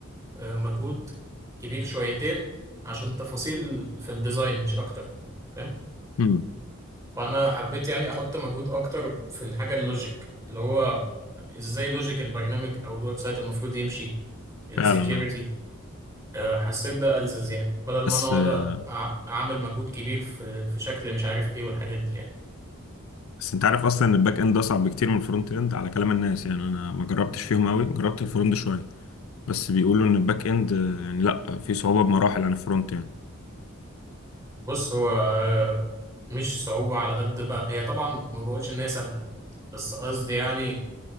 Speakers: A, on the right; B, on the left.
A: آه، مجهود كبير شويتين عشان تفاصيل في الديزاين مش اكتر فاهم
B: امم
A: وانا حبيت يعني احط مجهود اكتر في الحاجة اللوجيك اللي هو ازاي لوجيك البرنامج او الويب سايت المفروض يمشي السكيورتي
B: فعلا اه
A: حسيت ده ألزز يعني بدل ما
B: بس
A: انا
B: آه،
A: اقعد أع- اعمل مجهود كبير في في شكل مش عارف ايه والحاجات دي يعني.
B: بس انت عارف اصلا ان الباك اند اصعب بكتير من الفرونت اند على كلام الناس يعني انا ما جربتش فيهم قوي جربت الفرونت شويه بس بيقولوا ان الباك اند آه، يعني لا في صعوبه بمراحل عن الفرونت يعني
A: بص هو آه، مش صعوبة على قد ما هي طبعا ما بقولش إن هي سهلة بس قصدي يعني